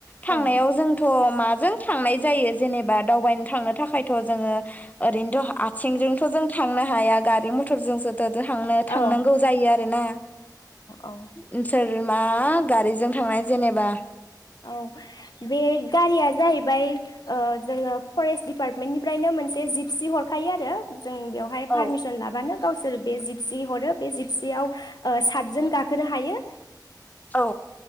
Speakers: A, on the left; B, on the left.
A: थांनायाव
B: औ
A: जोंथ' माजों थांनाय जायो जेनेबा दावबायनो थांनो थाखायथ जोङो ओरैनो आथिंजोंथ जों थांनो हाया गारि मथरजोंसो थांनो थांनांगौ
B: औ
A: जायो आरोना।
B: औ
A: नोंसोर मा गारिजों थांनाय जेनेबा
B: औ बे गारिया जाहैबाय जोङो फरेस्ट दिडपार्टमेन्टनिफ्रायनो मोनसे जिपसि हरखायो आरो जों बेवहाय
A: औ
B: पारमिसन लाबानो गावसोर बे जिपसि हरो बे जिपसियाव ओ सातजोन गाखोनो हायो।
A: औ